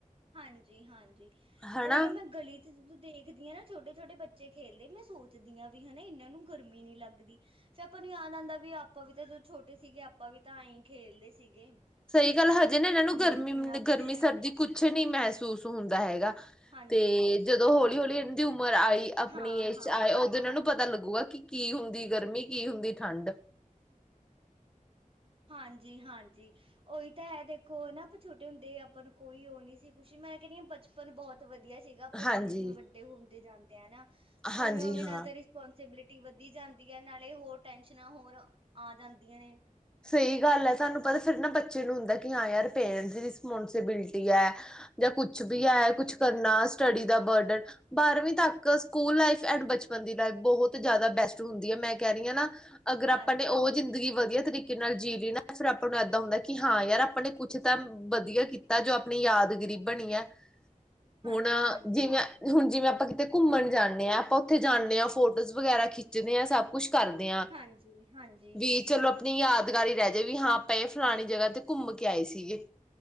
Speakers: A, on the right; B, in the centre.
A: ਹਾਂਜੀ-ਹਾਂਜੀ,
B: ਹਨਾ
A: ਉਹੀਓ ਮੈਂ ਗਲੀ ਤੇ ਜਦੋਂ ਦੇਖਦੀ ਆਂ ਨਾ ਛੋਟੇ-ਛੋਟੇ ਬੱਚੇ ਖੇਲਦੇ, ਮੈਂ ਸੋਚਦੀ ਆਂ ਵੀ ਹਨਾ ਇਹਨਾਂ ਨੂੰ ਗਰਮੀ ਨੀ ਲੱਗਦੀ। ਫਿਰ ਆਪਾਂ ਨੂੰ ਯਾਦ ਆਂਦਾ ਵੀ ਆਪਾਂ ਵੀ ਤਾਂ ਜਦ ਛੋਟੇ ਸੀਗੇ, ਆਪਾਂ ਵੀ ਤਾਂ ਆਏਂ ਖੇਲਦੇ ਸੀਗੇ।
B: ਸਹੀ ਗੱਲ ਹਜੇ ਨਾ ਇਹਨਾਂ
A: ਗਰਮੀ
B: ਨੂੰ ਗਰਮੀ-ਗਰਮੀ,
A: ਸੀ ਨਾ ਕੁਛ
B: ਸਰਦੀ ਕੁਛ ਨੀ ਮਹਿਸੂਸ ਹੁੰਦਾ ਹੈਗਾ।
A: ਹਾਂਜੀ
B: ਤੇ ਜਦੋਂ ਹੌਲੀ-ਹੌਲੀ ਇਹਨਾਂ ਦੀ ਉਮਰ ਆਈ ਆਪਣੀ
A: ਹਾਂ,
B: ਏਜ
A: ਹਾਂ।
B: ਚ ਆਏ, ਉਦੋਂ ਇਹਨਾਂ ਨੂੰ ਪਤਾ ਲੱਗੂਗਾ ਕਿ ਕੀ ਹੁੰਦੀ ਗਰਮੀ, ਕੀ ਹੁੰਦੀ ਠੰਡ?
A: ਹਾਂਜੀ-ਹਾਂਜੀ ਉਹੀ ਤਾਂ ਹੈ ਦੇਖੋ ਹਨਾ, ਆਪਾਂ ਛੋਟੇ ਹੁੰਦੇ ਆਪਾਂ ਨੂੰ ਕੋਈ ਉਹ ਨੀ ਸੀ ਕੁਛ, ਮੈਂ ਕਹਿਣੀ ਹਾਂ ਬਚਪ ਪਨ ਬਹੁਤ ਵਧੀਆ ਸੀਗਾ, ਆਪਾਂ
B: ਹਾਂਜੀ,
A: ਜਿਵੇਂ-ਜਿਵੇਂ ਵੱਡੇ ਹੁੰਦੇ ਜਾਂਦੇ ਆ, ਨਾ
B: ਹਾਂਜੀ
A: ਉਵੇਂ-ਉਵੇਂ
B: ਹਾਂ।
A: ਨਾਲੇ ਤਾਂ ਰਿਸ ਰਿਸਪੋਂਸੀਬਿਲਟੀ ਵਧੀ ਜਾਂਦੀ ਐ, ਨਾਲੇ ਹੋਰ ਟੈਸ਼ਨਾਂ ਹੋਰ ਆ ਜਾਂਦੀਆਂ ਨੇ।
B: ਸਹੀ ਗੱਲ ਐ, ਤੁਹਾਨੂੰ ਪਤਾ ਫਿਰ ਨਾ ਬੱਚੇ ਨੂੰ ਹੁੰਦਾ, ਕਿ ਹਾਂ ਯਾਰ ਪੇਰੈਂਟਸ ਦੀ ਰਿਸਪੋਂਸੀਬਿਲਟੀ ਐ। ਜਾਂ ਕੁਛ ਵੀ
A: ਹੂੰ-ਹੂੰ,
B: ਐ, ਕੁਛ ਕਰਨਾ ਸਟੱਡੀ ਦਾ ਬਰਡਨ ਬਾਰਵੀਂ ਤੱਕ ਸਕੂਲ ਲਾਈਫ ਐਂਡ ਬਚਪਨ ਦੀ ਲਾਈਫ ਬਹੁਤ ਜ਼ਿਆਦਾ ਬੈਸਟ ਹੁੰਦੀ ਐ, ਮੈਂ ਕਹਿ ਰਈ ਆਂ ਨਾ। ਅਗਰ
A: ਹਾਂਜੀ,
B: ਆਪਾਂ ਨੇ ਉਹ ਜ਼ਿੰਦਗੀ ਵਧੀਆ ਤਰੀ ਨਾਲ ਜੀ ਲਈ ਨਾ ਫਿਰ ਆਪਾਂ ਨੂੰ ਏਦਾਂ ਹੁੰਦਾ, ਕਿ ਹਾਂ ਯਾਰ ਆਪਾਂ ਨੇ ਕੁਛ ਤਾਂ ਵਧੀਆ ਕੀ ਤਾ ਜੋ ਆਪਣੀ ਯਾਦਗਿਰੀ ਬਣੀ ਐ,
A: ਹਾਂਜੀ-ਹਾਂਜੀ,
B: ਹੁਣ ਜਿਵੇਂ ਹੁਣ ਜਿਵੇਂ ਆਪਾਂ ਕਿਤੇ ਘੁੰਮਣ ਜਾਂਨੇ ਆਂ, ਆਪਾਂ ਉੱਥੇ ਜਾਂਨੇ ਆਂ ਫੋਟੋਜ਼ ਵਗੈਰਾ ਖਿੱਚਦੇ ਆਂ, ਸਭ ਕੁੱਛ ਕਰਦੇ ਆਂ
A: ਹਾਂਜੀ-ਹਾਂਜੀ,
B: ਵੀ ਚਲੋ ਆਪਣੀ ਯਾਦਗਾਰੀ ਰਹਿਜੇ, ਵੀ ਹਾਂ ਆਪਾਂ ਇਹ ਫਲਾਣੀ ਜਗ੍ਹਾ ਤੇ ਘੁੰਮ ਕੇ ਆਏ ਸੀਗੇ।